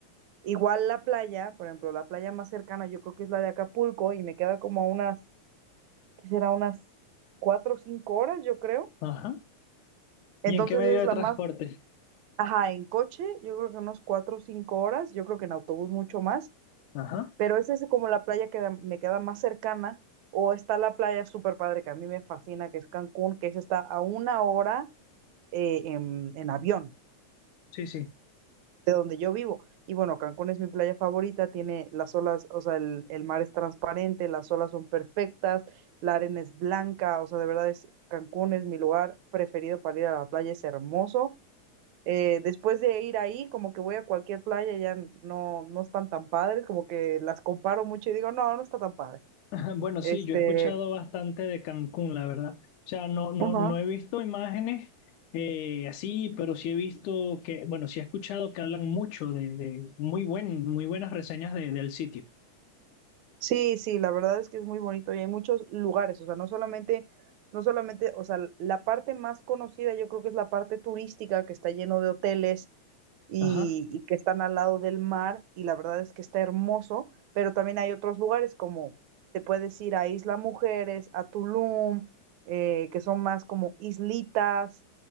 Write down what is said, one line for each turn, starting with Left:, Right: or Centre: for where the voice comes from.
Right: igual la playa, por ejemplo, la playa más cercana yo creo que es la de Acapulco y me queda como a unas, ¿qué será? Unas cuatro o cinco horas, yo creo.
Left: Ajá.
Right: Entonces
Left: ¿Y en qué medio
Right: es
Left: de
Right: la
Left: transporte?
Right: más, ajá, en coche, yo creo que unos cuatro o cinco horas, yo creo que en autobús mucho más.
Left: Ajá.
Right: pero esa es como la playa que me queda más cercana, o está la playa súper padre que a mí me fascina, que es Cancún, que esa está a una hora eh, en, en avión
Left: Sí, sí.
Right: de donde yo vivo. Y bueno, Cancún es mi playa favorita, tiene las olas, o sea, el, el mar es transparente, las olas son perfectas, la arena es blanca, o sea, de verdad es, Cancún es mi lugar preferido para ir a la playa, es hermoso. Eh, después de ir ahí, como que voy a cualquier playa, ya no, no están tan padres, como que las comparo mucho y digo, no, no está tan padre.
Left: <laughs> Bueno,
Right: Este,
Left: sí, yo he escuchado bastante de Cancún, la verdad. O sea, no, no,
Right: ajá.
Left: no he visto imágenes eh, así, pero sí he visto que, bueno, sí he escuchado que hablan mucho de, de muy buen, muy buenas reseñas de- del sitio.
Right: Sí, sí, la verdad es que es muy bonito y hay muchos lugares, o sea, no solamente, no solamente, o sea, la parte más conocida yo creo que es la parte turística que está lleno de hoteles y,
Left: Ajá.
Right: y que están al lado del mar y la verdad es que está hermoso, pero también hay otros lugares como te puedes ir a Isla Mujeres, a Tulum, eh, que son más como islitas